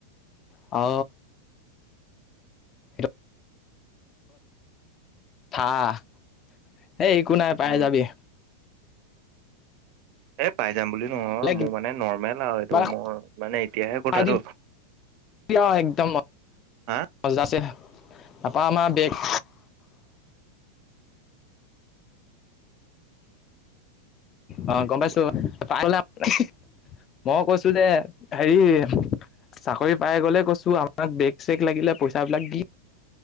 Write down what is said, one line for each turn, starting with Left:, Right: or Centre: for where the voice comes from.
Left: অ সেইটো হাহঁ এই একো নাই পাই
Right: উম
Left: যাবি
Right: এ পাই যাম বুলি নহয়
Left: বোলে
Right: মোৰ মানে নৰ্মেল আৰু
Left: কিবা
Right: এইটো
Left: এটা
Right: মোৰ মানে এতিয়াহে
Left: খুৱাই
Right: কথাটো
Left: দিবি একদম মজাছে
Right: হা
Left: তাৰপৰা আমাৰ বেগ অ গম
Right: কি
Left: পাইছো <unintelligible> মই কৈছো যে হেৰি চাকৰি পাই গ'লে কৈছো আমাক বেগ চেগ লাগিলে পইচাবিলাক দি